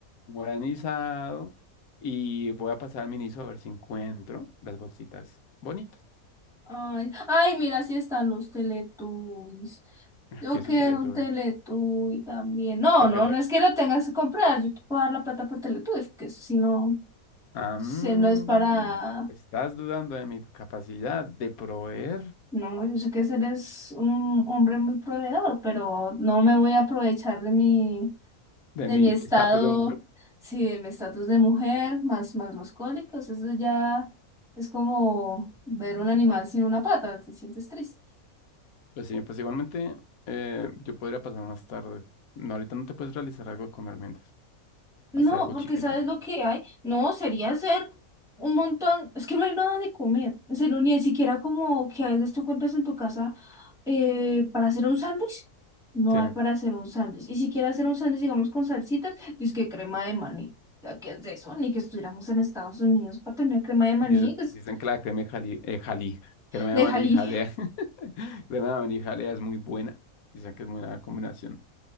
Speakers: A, on the left (about 75°); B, in the centre.
A: guaranizado. Y voy a pasar al Miniso a ver si encuentro las bolsitas bonitas.
B: Ay, ay, mira, si están los Teletubbies. Yo
A: que es
B: quiero
A: un Teletubby.
B: un Teletubby también. No,
A: Creo
B: no,
A: que te-
B: no es que lo tengas que comprar. Yo te puedo dar la plata por Teletubbies, que eso si no,
A: Ah,
B: se
A: mm,
B: no es para.
A: ¿estás dudando de mi capacidad de proveer
B: No, yo sé que eres un hombre muy proveedor, pero no me voy a aprovechar de mi,
A: de
B: de
A: mi
B: mi estado,
A: estatus de mujer?
B: sí, de mi estatus de mujer, más, más los cólicos. Eso ya es como ver un animal sin una pata, te sientes triste.
A: Pues sí, pues igualmente eh, yo podría pasar más tarde. No, ahorita no te puedes realizar algo de comer mientras.
B: No,
A: Hacer algo
B: porque
A: chiquito.
B: ¿sabes lo que hay? No, sería hacer un montón, es que no hay nada de comer, en serio, ni siquiera como que a veces tú encuentras en tu casa eh, para hacer un sándwich, no
A: Sí.
B: hay para hacer un sándwich, y si quieres hacer un sándwich, digamos, con salsitas, dices que crema de maní, ¿Ya ¿qué es de eso? Ni que estuviéramos en Estados Unidos para tener crema de maní,
A: Dice-
B: pues,
A: dicen que la crema de jali, eh, jalí, crema
B: de
A: de maní
B: jalí,
A: jalea,
B: <laughs>
A: <laughs> crema de maní jalea es muy buena. Dicen que es muy buena combinación,